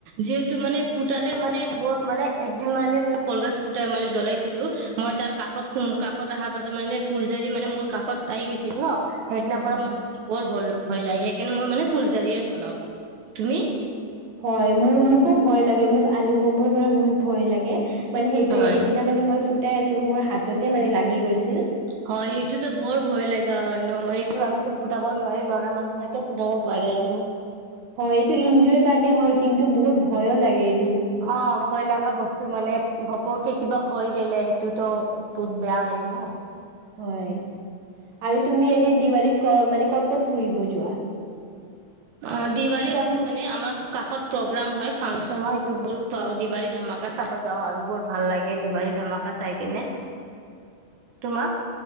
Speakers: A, on the right; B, on the right.
A: যিহেতু মানে ফুতালে মানে বৰ মানে একদিন আমি মানে কলগছ ফুতাই মানে জ্বলাইছিলো মই তাৰ কাষত খো কাষত অহাৰ পাছত মানে ফুলজাৰি মানে মোৰ কাষত আহি গৈছিল ন সেইদিনাৰ
B: অ
A: পৰা মই মান বৰ ভ ভয় লাগে সেইকাৰণে মই মানে ফুলজাৰিয়ে জ্বলাও তুমি?
B: হয় মোৰ মোকো ভয় লাগে মোক আলু বমৰ পৰা বহুত ভয় লাগে মানে সেইটোয়ে
A: হয়
B: এদিনা মানে মই ফু ফুটাই আছিলো মোৰ হাততে মানে লাগি গৈছিল
A: হয় সেইটোতো বৰ ভয় লগা হয় ন মানে এইটো আমিতো ফুটাব নোৱাৰি ল'ৰা মানুহ এটো ফুটাব পাৰে আৰু
B: হয় এইটো এনজয়ৰ কাৰণে হয় কিন্তু বহুত ভয়ো লাগে এই
A: অ ভয় লগা বস্তু মানে পটককে কিবা হৈ গেলে সেইটোতো বহুত বেয়া হেৰি ন
B: হয় আৰু তুমি এনে দিৱালীত ক মানে ক'ত ক'ত ফুৰিব যোৱা?
A: অ দিৱালী আমি মানে আমাৰ কাষত প্ৰগ্ৰাম হয় ফাংচন হয় সটো ব খ দিৱালী ধমাকা চাব যাওঁ আৰু বৰ ভাল লাগে দিৱালী ধমাকা চাই কেনে তোমাক‌?